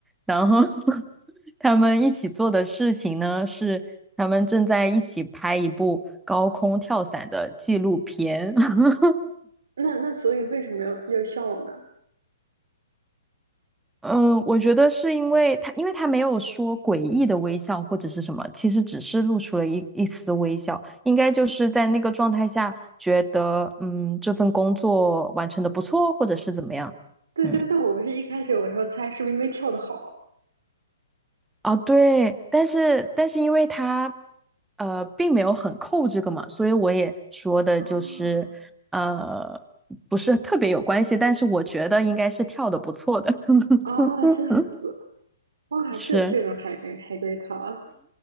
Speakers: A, in the centre; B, on the right (about 75°).
A: 然后 <laughs> 他们一起做的事情呢是他们正在一起拍一部高空跳伞的纪录片。<laughs>
B: 那那所以为什么要要笑呢？
A: 嗯，我觉得是因为他，因为他没有说诡异的微笑或者是什么，其实只是露出了一一丝微笑，应该就是在那个状态下觉得，嗯，这份工作完成的不错，或者是怎么样。
B: 对对，
A: 嗯，
B: 但我不是一开始我说猜是不是因为跳的好啊？
A: 啊，对，但是但是因为他，呃，并没有很扣这个嘛，所以我也说的就是，
B: 哦
A: 呃，不是特别有关系，但是我觉得应该是跳的不错的。<laughs>
B: 哦，这样子，哇，
A: 是。
B: 这这种海龟海龟汤，